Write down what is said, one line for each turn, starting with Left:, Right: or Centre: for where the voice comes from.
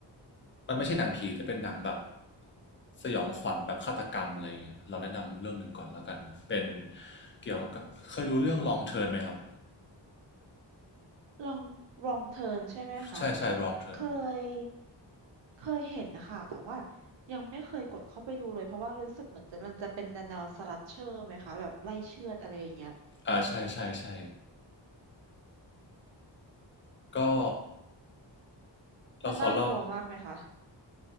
Left: มันไม่ใช่หนังผีแต่เป็นหนังแบบสยองขวัญแบบฆาตกรรมอะไรอย่างเงี้ยเราแนะนำเรื่องหนึ่งก่อนแล้วกันเป็นเกี่ยวกับเคยดูเรื่อง Long Turn ไหมครับ
Right: ลองลองเทิร์นใช่ไหมคะ
Left: ใช่ใช่ Long Turn
Right: เคยเคยเห็นนะคะแต่ว่ายังไม่เคยกดเข้าไปดูเลย เพราะว่ารู้สึกเหมือนจะมันจะเป็นแนวสลัชเชอร์ไหมคะแบบไล่เชือดอะไรอย่างเงี้ย
Left: อ่าใช่ใช่ใช่ก็เราขอเล่า
Right: มันน่ากลัวมากไหมคะ